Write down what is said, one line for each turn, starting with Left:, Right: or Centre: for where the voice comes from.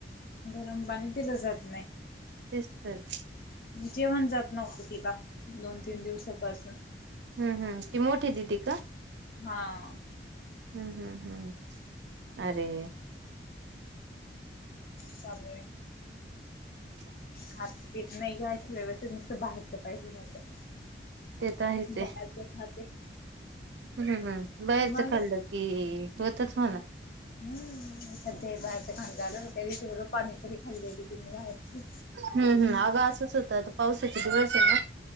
Left: गरम पाणी दिलं जात नाही.
Right: तेच तर
Left: जेवण जात नव्हतं तिला, दोन तीन दिवसापासून.
Right: हम्म हम् ती मोठी दिदी का?
Left: हा
Right: हम्म हम्म हम्म अरे!
Left: चालू आहे.
Right: ह.
Left: खात पीत नाही ग व्यवस्थित नुसतं बाहेरच पाहिजे जाते
Right: ते तर आहेच आहे.
Left: बाहेरच खाते.
Right: हम्म हम् बाहेरचं
Left: ती माझी
Right: खाल्लं की, होतच म्हणा.
Left: हम् सध्या बाहेरच खाण झालं त्या दिवशी बर पाणीपुरी खाली होती तिने बाहेरची.
Right: हम् हम अगा असंच होतं आ पावसाचा दिवस आहे ना,